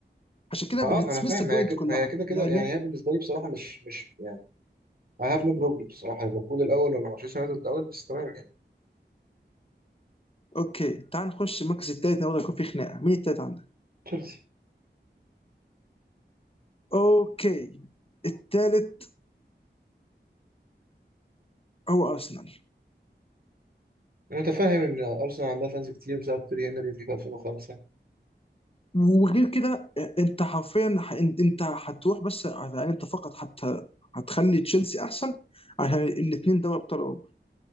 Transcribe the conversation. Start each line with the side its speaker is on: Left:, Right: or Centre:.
Left: عشان كده
Right: اه
Left: بنسمس
Right: ما انا فاهم
Left: البوينت
Right: ما هي كده
Left: كلها
Right: ما هي كده كده
Left: انما
Right: يعني
Left: ليه؟
Right: هي بالنسبه لي بصراحه مش مش يعني I have no problem بصراحه ليفربول الاول ولا مانشستر يونايتد الاول بس تمام يعني
Left: اوكي تعال نخش المركز الثالث برضه يكون في خناقه مين الثالث عندك؟
Right: تشيلسي
Left: اوكي الثالث هو ارسنال
Right: أنا متفاهم ان ارسنال عندها فانز كتير بسبب تيري هنري في 2005
Left: وغير كده آه، انت حرفيا ح- انت انت هتروح بس يعني انت فقط حتى هتخلي تشيلسي احسن عشان الاثنين دوري ابطال اوروبا